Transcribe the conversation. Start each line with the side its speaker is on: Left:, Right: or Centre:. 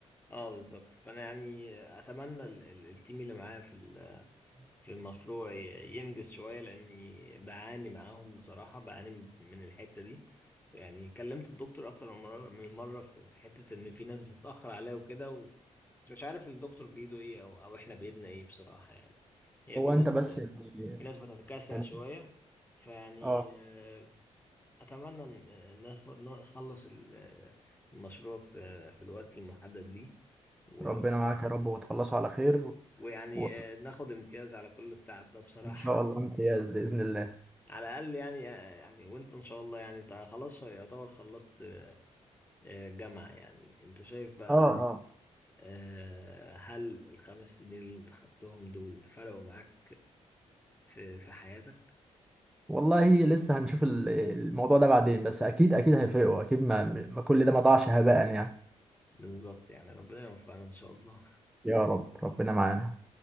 Left: اه بالظبط فانا يعني اتمنى ال- ال- التيم اللي معايا في ال في المشروع ي- ينجز شوية لأني بعاني معاهم بصراحة بعاني من الحتة دي يعني كلمت الدكتور أكتر من مرة من مرة في في حتة إن في ناس بتتأخر عليا وكده و... بس مش عارف الدكتور بإيده إيه أو أو إحنا بإيدنا إيه بصراحة يعني هي
Centre: هو
Left: في ناس
Centre: انت بس يعني
Left: في ناس بتتكاسل
Centre: يعني-
Left: شوية فيعني
Centre: اه
Left: آه، أتمنى إن- إن نخ- نخلص ال- المشروع في في الوقت المحدد ليه و...
Centre: ربنا معاك يا رب وتخلصوا على خير
Left: ويعني
Centre: وان
Left: آه، ناخد امتياز على كل التعب ده بصراحة
Centre: شاء الله امتياز باذن الله
Left: على الاقل يعني يعني وانت ان شاء الله يعني انت خلاص يعتبر خلصت آه، جامعة يعني انت شايف بقى
Centre: اه اه
Left: آه، هل الخمس سنين اللي انت خدتهم دول فرقوا معاك في في حياتك
Centre: والله لسه هنشوف ال- الموضوع ده بعدين بس اكيد اكيد هيفرقوا اكيد ما, ما كل ده ما ضاعش هباء يعني
Left: بالظبط يعني ربنا يوفقنا ان شاء الله
Centre: يا رب ربنا معانا